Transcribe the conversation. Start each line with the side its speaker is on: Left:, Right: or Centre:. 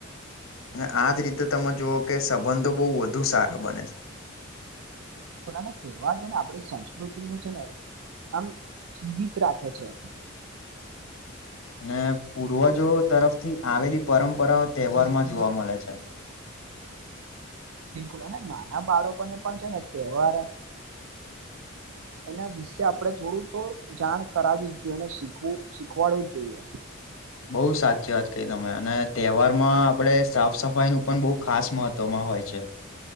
Left: અને આજ રીતે તમે જોુઓ કે સંબંધો બહુ વધુ સારા બને છે.
Right: બિલકુલ અને કેહેવાર છે ને આપણી સંસ્કૃતિને છે ને આમ જીવિત રાખે છે.
Left: અને પૂર્વજો તરફથી આવેલી પરંપરાઓ તહેવારમાં જોવા મળે છે.
Right: બિલકુલ અને નાના બાળકોને પણ છે ને તહેવાર એના વિશે આપણે થોડું તો જાણ કરાવવી જ જોઈએ અને શીખવું શીખવાડવું જોઈએ.
Left: બઉુ સાચી વાત કહી તમે અને તહેવારમાં આપડે સાફ સફાઈ નું પણ બહુ ખાસ મહત્વમાં હોય છે. <inaudible> <unintelligible>